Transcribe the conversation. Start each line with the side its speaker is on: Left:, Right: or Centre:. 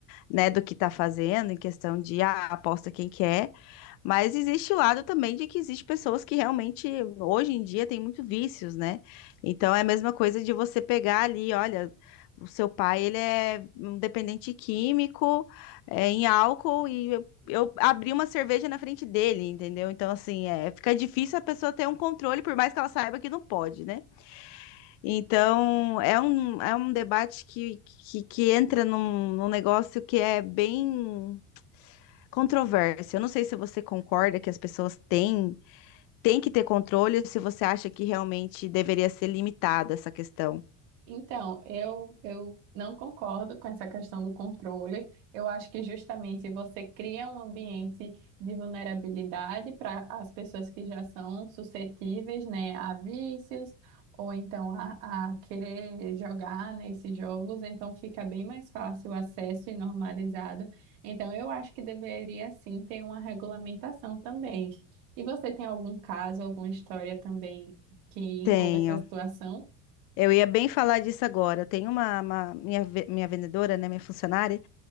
Left: né, do que tá fazendo, em questão de, ah, aposta quem quer. Mas existe o lado também de que existe pessoas que realmente, hoje em dia, têm muito vícios, né? Então é a mesma coisa de você pegar ali, olha, o seu pai, ele é um dependente químico, é, em álcool, e eu, eu abri uma cerveja na frente dele, entendeu? Então, assim, é, fica difícil a pessoa ter um controle, por mais que ela saiba que não pode, né? Então, é um, é um debate que, que, que entra num, num negócio que é bem controvérsia. Eu não sei se você concorda que as pessoas têm, têm que ter controle ou se você acha que realmente deveria ser limitada essa questão.
Right: Então, eu, eu não concordo com essa questão do controle. Eu acho que justamente você cria um ambiente de vulnerabilidade para as pessoas que já são suscetíveis, né, a vícios ou então a, a querer jogar nesses jogos. Então, fica bem mais fácil o acesso e normalizado. Então, eu acho que deveria sim ter uma regulamentação também. E você tem algum caso, alguma história também que envolva
Left: Tenho.
Right: essa situação?
Left: Eu ia bem falar disso agora. Eu tenho uma, uma- minha, ve- minha vendedora, né, minha funcionária,